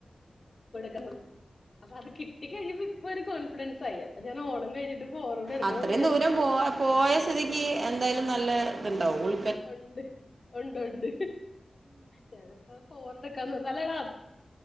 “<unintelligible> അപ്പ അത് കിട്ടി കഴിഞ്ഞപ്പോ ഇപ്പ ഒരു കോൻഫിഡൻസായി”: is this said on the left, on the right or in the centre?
Left